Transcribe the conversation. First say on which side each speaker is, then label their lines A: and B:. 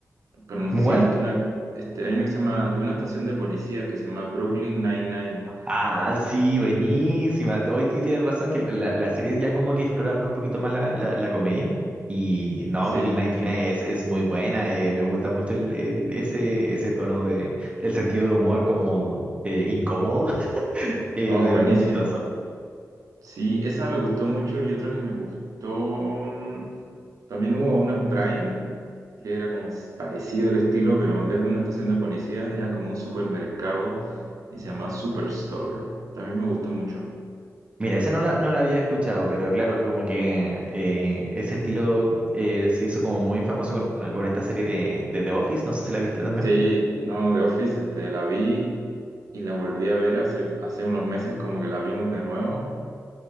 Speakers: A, on the right (about 90°); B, on the right (about 20°).
A: pero no
B: ¿cómo
A: sé si
B: cuál?
A: viste una, este, hay una que se llama, de una estación de policía que se llama Brooklyn Nine-Nine.
B: Ah, sí, buenísima. Hoy sí tienes razón que la, la serie ya como que exploraba un poquito más la, la, la comedia. Y no,
A: Sí,
B: Brooklyn Nine-Nine es, es muy buena. eh, me gusta mucho el, el- ese, ese tono de, el sentido de humor como eh, incómodo. <laughs> Es,
A: oh,
B: eh,
A: buenísimo.
B: muy chistoso.
A: Sí, esa me gustó mucho y otra que me gustó. mm, También hubo una en Prime, que era como s- parecido el estilo, pero en vez de una estación de policías era como un supermercado y se llamaba Superstore. También me gustó mucho.
B: Mira, esa no la, no la había escuchado, pero claro, como que eh, ese estilo eh, se hizo como muy famoso con, con esta serie de, de The Office. No sé si la viste también.
A: Sí, no, The Office, este, la vi y la volví a ver hace, hace unos meses, como que la vimos de nuevo.